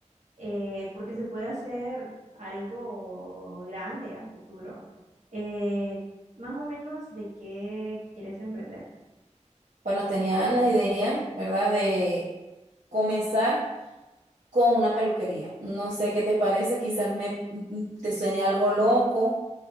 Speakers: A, on the right (about 75°); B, on the right (about 85°).
A: eh, porque se puede hacer algo grande a futuro. Eh, más o menos, ¿de qué quieres emprender?
B: Bueno, tenía la idea, ¿verdad? De comenzar con una peluquería. No sé qué te parece, quizás me te suene algo loco,